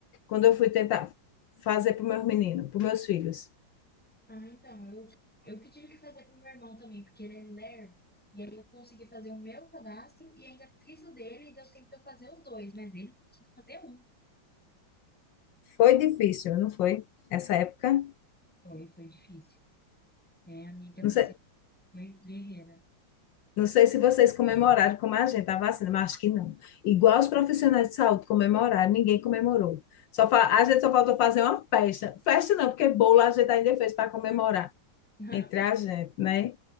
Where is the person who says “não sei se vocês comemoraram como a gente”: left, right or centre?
Left